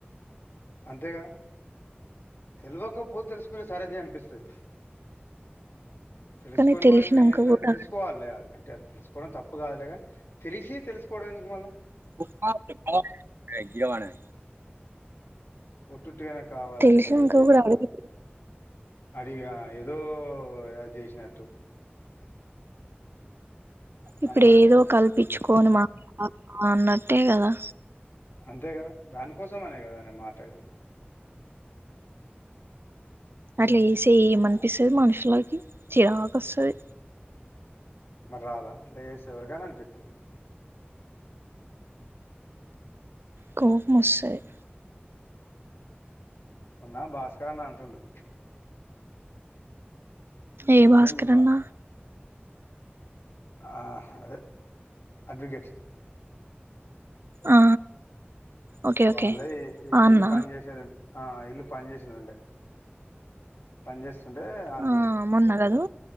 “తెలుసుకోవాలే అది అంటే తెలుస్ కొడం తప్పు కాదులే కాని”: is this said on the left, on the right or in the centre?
Left